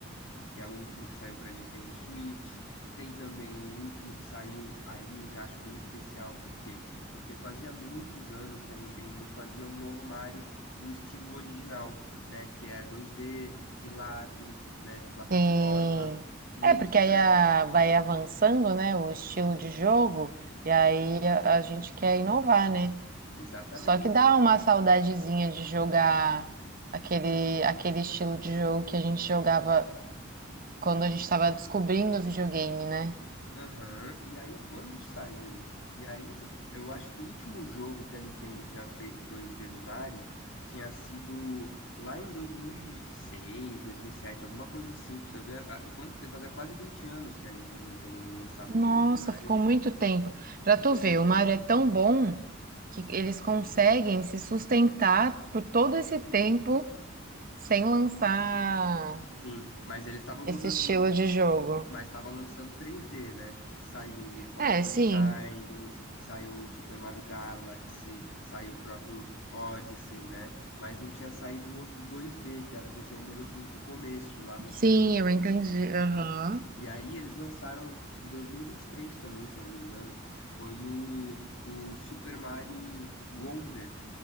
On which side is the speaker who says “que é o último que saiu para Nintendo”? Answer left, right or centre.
Left